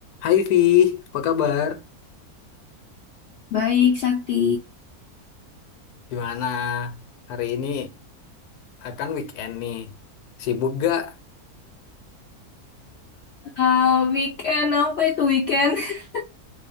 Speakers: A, on the left; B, on the left.
A: Hai Vi, apa kabar?
B: Baik, Sakti.
A: Gimana hari ini? Akan weekend nih. Sibuk gak?
B: Ah, weekend apa itu weekend? <laughs>